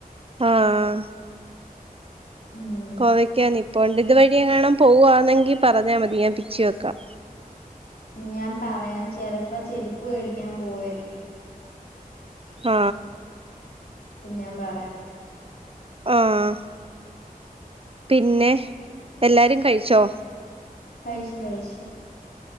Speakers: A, on the right; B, on the left.
A: ആഹ്
B: ഉം
A: കോവയ്ക്കാ <unintelligible> ഇപ്പണ്ട് ഇത് വഴിയെങ്ങാനും പോവാന്നെങ്കി പറഞ്ഞാ മതി ഞാൻ പിച്ചി വെക്കാം
B: ഞാൻ പറയാൻ ചെലപ്പ ചെരുപ്പ് മേടിക്കാൻ പോവായിരിക്കും.
A: ആ
B: അപ്പ ഞാൻ പറയാം.
A: ആഹ് പിന്നെ എല്ലാരും കഴിച്ചോ.
B: കഴിച്ചു കഴിച്ചു